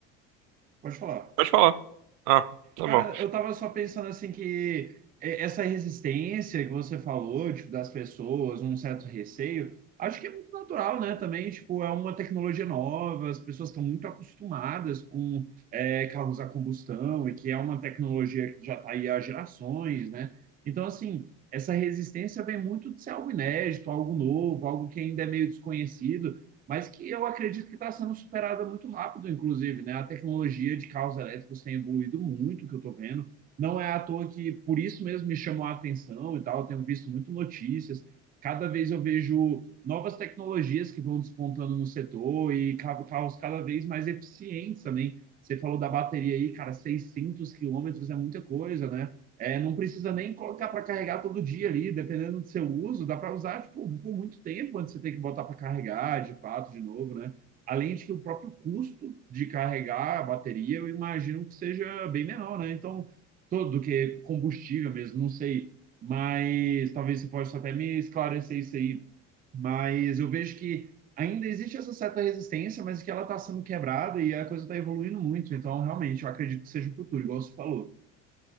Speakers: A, on the right; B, on the right.
A: pode falar.
B: pode falar. Ah, tá
A: Cara,
B: bom.
A: eu tava só pensando assim que é, essa resistência que você falou, tipo, das pessoas, um certo receio, acho que é muito natural, né? Também, tipo, é uma tecnologia nova, as pessoas estão muito acostumadas com é, carros a combustão e que é uma tecnologia que já está aí há gerações, né? Então, assim, essa resistência vem muito de ser algo inédito, algo novo, algo que ainda é meio desconhecido mas que eu acredito que está sendo superada muito rápido, inclusive, né? A tecnologia de carros elétricos tem evoluído muito, que eu estou vendo. Não é à toa que por isso mesmo me chamou a atenção e tal. Eu tenho visto muito notícias. Cada vez eu vejo novas tecnologias que vão despontando no setor e ca- carros cada vez mais eficientes também. Você falou da bateria aí, cara, 600 quilômetros é muita coisa, né? É, não precisa nem colocar para carregar todo dia ali, dependendo do seu uso, dá para usar tipo, por muito tempo antes de você tem que botar para carregar, de fato, de novo, né? Além de que o próprio custo de carregar a bateria, eu imagino que seja bem menor, né? Então, todo do que combustível mesmo, não sei, mas talvez você possa até me esclarecer isso aí. Mas eu vejo que ainda existe essa certa resistência, mas que ela está sendo quebrada e a coisa está evoluindo muito. Então, realmente, eu acredito que seja o futuro, igual você falou.